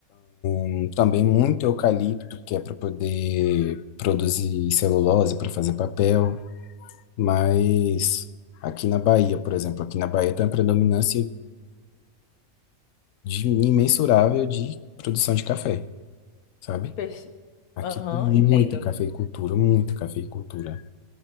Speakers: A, on the left; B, on the left.
A: E Também muito eucalipto, que é para poder produzir celulose, para fazer papel. Mas aqui na Bahia, por exemplo, aqui na Bahia tem uma predominância de- imensurável de produção de café, sabe?
B: Perce-
A: Aqui
B: Aham,
A: tem muita
B: entendo.
A: cafeicultura, muita cafeicultura.